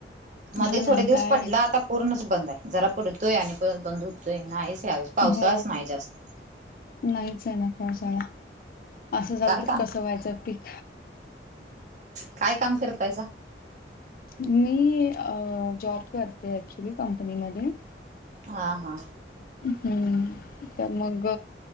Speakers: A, on the right (about 40°); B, on the left (about 50°).
A: मध्ये
B: हा ना
A: थोडे दिवस
B: काय
A: पडला आता पूर्णच बंद आहे जरा पडतोय आणि पण बंद होतोय नाहीच यावेळेस पावसाळाच
B: हो
A: नाही जास्त
B: नाहीच आहे ना पसाळा असं झालं
A: काय
B: तर
A: काम
B: कसं व्हायचं पीक.
A: काय काम करतायचा.
B: मी जॉब करते ऍक्च्युली कंपनीमध्ये
A: हा हा.
B: हम् तर मग